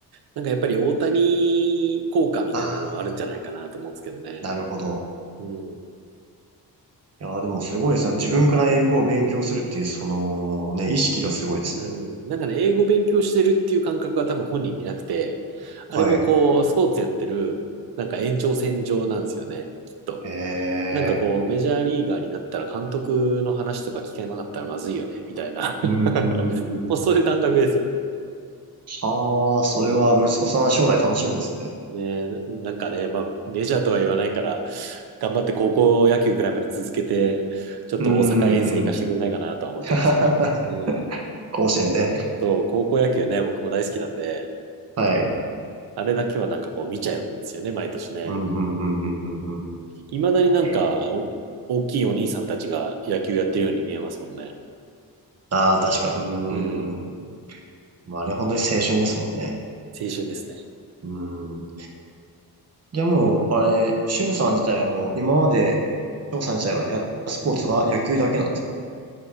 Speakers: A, on the right; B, on the right.
A: なんかやっぱり大谷効果みたいなのはあるんじゃないかなと思うんですけどね。
B: ああ、なるほど。
A: うん。
B: いやー、でもすごいですね。自分から英語を勉強するっていう、その、ね、意識がすごいですね。
A: うん。なんかね、英語勉強してるっていう感覚は多分本人になくて、
B: はい。
A: あれもこう、スポーツやってる、なんか延長線上なんですよね、きっと。
B: ええ、
A: なんかこう、メジャーリーガーになったら監督の話とか聞けなかったらまずいよね、みたいな。
B: うーん。
A: <laughs> もうそういう感覚ですよ。
B: はあ、それは息子さん将来楽しみですね。
A: うん。ね、なんかね、まあ、メジャーとは言わないから、頑張って高校野球ぐらいまで続けて、ちょっと大阪遠征行かしてくんないかなとは思ってるんですけど、
B: うーん。<laughs>
A: うん。
B: 甲子園ね。
A: そう、高校野球ね、僕も大好きなんで、
B: はい。
A: あれだけはなんかこう見ちゃうんですよね、毎年ね。
B: うん、うん、うん、うん、うん。うん
A: いまだになんかお、
B: ええ、
A: 大きいお兄さんたちが野球やってるように見えますもんね。
B: ああ、確かに。うー
A: うん、
B: ん。まあ、あれ本当に青春ですもんね。
A: 青春ですね。
B: うーん。じゃあもう、あれ、しゅんさん自体はもう、今まで、しょうさん自体はやったスポーツは野球だけなんですか